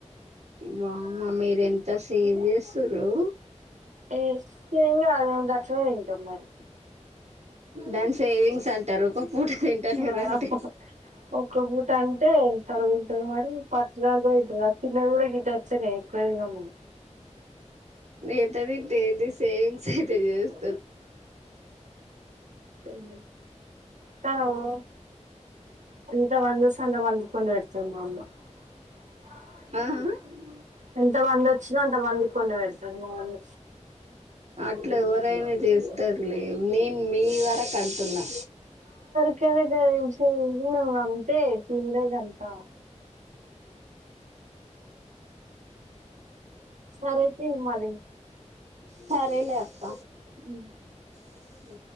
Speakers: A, on the right; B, on the right.
A: వామ్మో మీర ఎంత సేవ్ చేస్తుర్రు
B: ఏ తినన్ మేం గచ్చుగ తింటాం మరి
A: దాని సేవింగ్స్ అంటారు పూట తింటలేరంటే
B: అ ఒక ఒక్క పూట అంటే తరవు మరి పటద్ రాతిన్న కూడా గీతచ్చేనే ఎకువ దంది
A: ఎతంది తెది సేంగ్స్ తెజస్
B: మ్ కావు అంత వంద స అంత వందికండ ఎ <unintelligible>
A: ఆ ఆ
B: ఎంత మంది వచ్చినా అంత మంది కొండ పెడతును అవును
A: అట్లా ఎవరైనా చేస్తారు లే నేను మీ వరకుంటున్నా
B: <unintelligible> అంతే <unintelligible> సరే తి మల్లి
A: సరేలే అక్క
B: ఉ
A: ఆ